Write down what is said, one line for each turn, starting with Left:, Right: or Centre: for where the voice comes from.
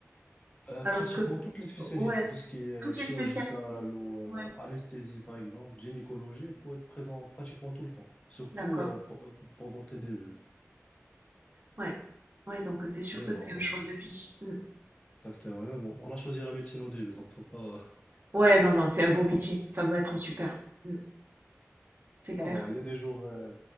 Left: Euh,
Right: alors
Left: pratiquement
Right: que,
Left: toutes les spécialités,
Right: ouais,
Left: tout ce qui est euh,
Right: toutes
Left: chirurgical
Right: les spécialités.
Left: ou euh,
Right: Ouais,
Left: anesthésie par exemple, gynécologie, il faut être présent pratiquement tout le temps, surtout
Right: d'accord.
Left: euh, pe- euh, pendant tes débuts.
Right: Ouais. Ouais, donc c'est sûr
Left: Mais
Right: que
Left: bon,
Right: c'est un
Left: bon,
Right: choix de vie. Mm.
Left: exactement. Mais bon, on a choisi la médecine au début, donc faut pas.
Right: Ouais, non, non, c'est un beau métier, ça doit être super. Mm.
Left: <laughs>
Right: C'est clair.
Left: Ça va. Il y a des jours, euh,